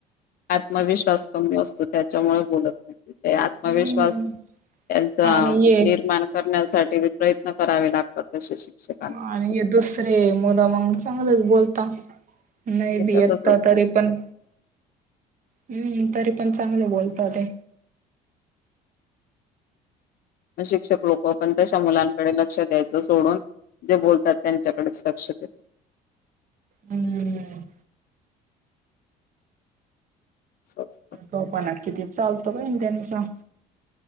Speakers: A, on the left; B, on the right.
A: आत्मविश्वास कमी असतो त्याच्यामुळे बोलत नाही ते आत्मविश्वास
B: हम्म.
A: त्यांचा
B: आणि ये
A: निर्माण करण्यासाठी प्रयत्न करावे लागतात तसे शिक्षकांना
B: आणि दुसरे मुलं मग चांगलेच बोलता नाही
A: हे
B: बी
A: तसच
B: येतता तरी पण हम्म तरी पण चांगलं बोलत ते
A: शिक्षक लोक पण तशा मुलांकडे लक्ष द्यायचं सोडून जे बोलतात त्यांच्याकडेच लक्ष देत
B: हम्म.
A: सस्त
B: तोफाना किती चालतो बईन त्यांचा.